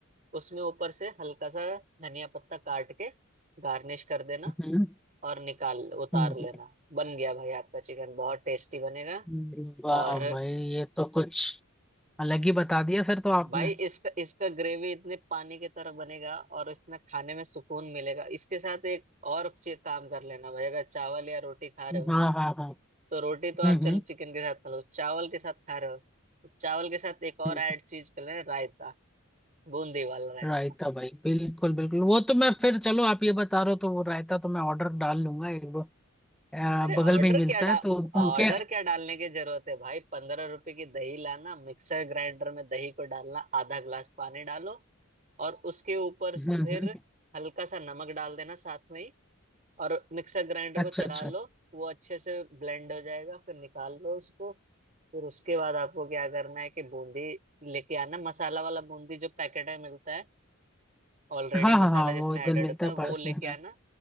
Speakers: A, on the right; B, in the centre.
A: उसमें ऊपर से हल्का सा धनिया पत्ता काट के गार्निश कर देना
B: हम्म
A: और निकाल उतार
B: हम्म।
A: लेना बन गया भाई आपका चिकन बहुत टेस्टी बनेगा
B: हम्म। वाह
A: और
B: भाई ये तो कुछ अलग ही बता दिया फिर तो आपने
A: भाई इसका इसका ग्रेवी इतने पानी की तरह बनेगा और इतना खाने में सुकून मिलेगा इसके साथ एक और सी- काम कर लेना भाई अगर चावल या रोटी खा रहे हो
B: हाँ
A: ना
B: हाँ हाँ
A: तो रोटी तो आप
B: हम्म
A: चलो
B: हम्म
A: चिकन के साथ खा लो चावल के साथ खा रहे हो तो चावल के साथ एक
B: हम्म।
A: और ऐड चीज कर लेना रायता बूंदी वाला रायता
B: रायता भाई बिल्कुल बिल्कुल वो तो मैं फिर चलो आप ये बता रहे हो तो वो रायता तो मैं ऑर्डर डाल लूंगा एक आ,
A: अरे
B: बगल
A: ऑर्डर
B: में ही मिलता
A: क्या डा
B: है तो
A: ऑर्डर
B: उनके
A: क्या डालने की जरूरत है भाई पंद्रह रुपए की दही लाना मिक्सर ग्राइंडर में दही को डालना आधा ग्लास पानी डालो और उसके ऊपर
B: हम्म
A: फिर
B: हम्म
A: हल्का सा नमक डाल देना साथ में ही और मिक्सर ग्राइंडर
B: अच्छा
A: को चला
B: अच्छा
A: लो वो अच्छे से ब्लेंड हो जाएगा फिर निकाल लो उसको फिर उसके बाद आपको क्या करना है कि बूंदी लेके आना मसाला वाला बूंदी जो पैकेट में मिलता है ऑलरेडी
B: हाँ हाँ
A: मसाला
B: हाँ
A: जिसमें
B: वो इधर
A: एडेड
B: मिलता
A: होता
B: है
A: है
B: पास
A: वो
B: में
A: लेके
B: हाँ
A: आना